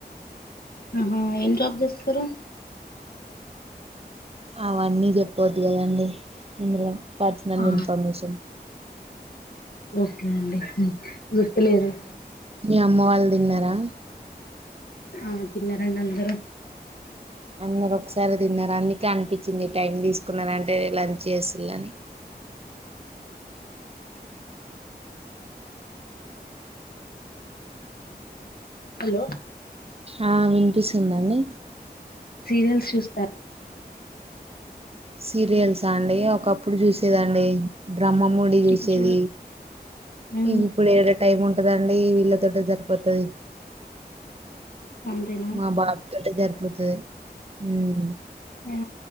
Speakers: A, on the left; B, on the right.
A: ఆహా ఏం జాబ్ చేస్తారు
B: అవన్నీ చెప్పద్ దు అండి ఇందులో పర్సనల్
A: ఆ
B: ఇన్ఫర్మేషన్
A: ఓకే అండి గుర్తులేదు
B: మీ అమ్మ వాళ్ళు తిన్నారా
A: ఆ తిన్నా రండి అందరూ
B: అందరు ఒకసారి తిన్నారు అందుకే అనిపించింది టైం తీసుకున్నారూ అంటే లంచ్ చేసిల్లు అని
A: హలో
B: ఆ విని పిస్తుందా అండి
A: సీరియల్స్ చూస్తా
B: సీరియల్సా అండి ఒకప్ ప్పుడు చూసేదండి బ్రహ్మ మూడి చూసేది
A: ఇప్పుడు చూడ హ్మ్.
B: ఇ ఇప్పుడు ఏడ టైం ఉం ట దండి వీళ్ళతోటే సరిపోతది
A: అంతేనా
B: మా బాబు తోటే సరిపోతది ఉమ్
A: ఆ